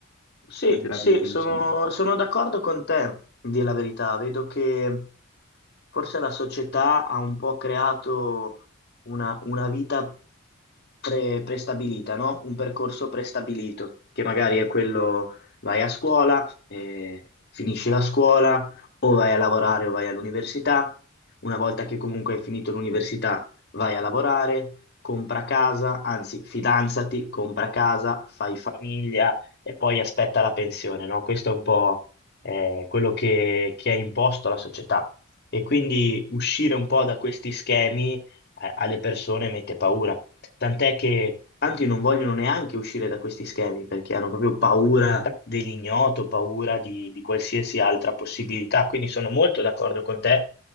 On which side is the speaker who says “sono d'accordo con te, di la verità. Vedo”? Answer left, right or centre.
Left